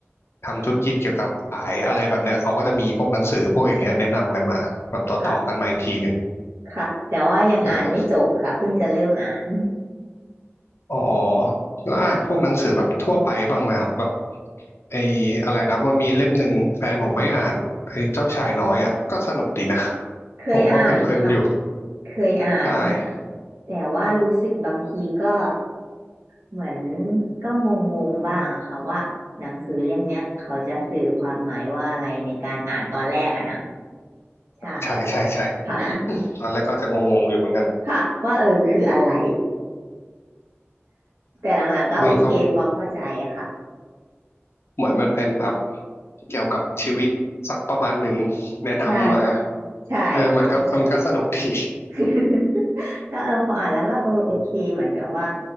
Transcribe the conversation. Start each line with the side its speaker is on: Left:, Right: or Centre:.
Left: ทำธุรกิจเกี่ยวกับขายอะไรแบบเนี้ยเขาก็จะมีพวกหนังสือพวกอย่างเงี้ยแนะนำกันมาแบบต่อต่อกันมาอีกทีหนึ่ง
Right: ค่ะค่ะแต่ว่ายังอ่านไม่จบค่ะเพิ่งจะเริ่มอ่าน
Left: เอออ๋อแล้วอ่านพวกหนังสือแบบทั่วไปบ้างไหมครับแบบ
Right: ค่ะ
Left: ไอ้อะไรนะมันมีเล่มหนึ่งแฟนผมไม่อ่านไอ้เจ้าชายน้อยอ่ะก็สนุกดีนะ
Right: เคยอ่านค่ะ
Left: ผมก็เพลินๆอยู่
Right: เคยอ่าน
Left: ใช่
Right: แต่ว่ารู้สึกบางทีก็เหมือนก็งงๆบ้างอะค่ะว่าหนังสือเล่มเนี้ยเขาจะสื่อความหมายว่าอะไรในการอ่านตอนแรกอะนะใช่ค่ะ
Left: ใช่ใช่ใช่
Right: <laughs>
Left: ตอนแรกก็จะงงๆอยู่เหมือนกัน
Right: ค่ะว่าเออคืออะไรแต่หลังๆก็โอเคพอเข้าใจค่ะ
Left: นี่เขา เหมือนมันเป็นแบบเกี่ยวกับชีวิตสักประมาณหนึ่งแนะนำมา
Right: ใช่ใช่ค่ะใช่
Left: เออมันก็มันก็สนุกดี
Right: <laughs> ก็เออพออ่านแล้วก็เออโอเคเหมือนแบบว่า